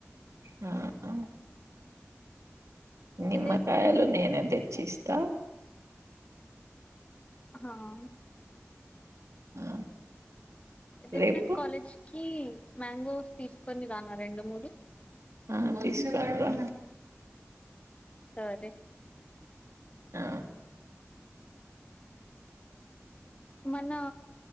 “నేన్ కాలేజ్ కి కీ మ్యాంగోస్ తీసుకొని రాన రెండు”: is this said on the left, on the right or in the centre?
Left